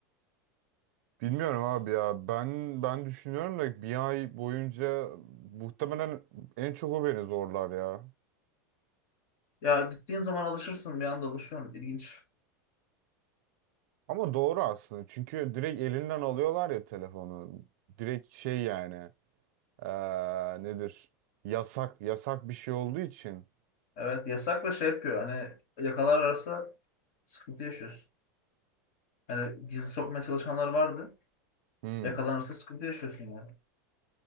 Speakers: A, on the right; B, on the left.
A: Bilmiyorum abi ya. Ben ben düşünüyorum da bir ay boyunca muhtemelen en çok o beni zorlar ya.
B: Ya gittiğin zaman alışırsın bir anda alışıyorsun. İlginç.
A: Ama doğru aslında. Çünkü direkt elinden alıyorlar ya telefonu. Direkt şey yani. eee, nedir? Yasak. Yasak bir şey olduğu için.
B: Evet yasak ve şey yapıyor. Hani yakalarlarsa Sıkıntı yaşıyorsun. Yani gizli sokmaya çalışanlar vardı.
A: Hmm.
B: Yakalanırsa sıkıntı yaşıyorsun yani.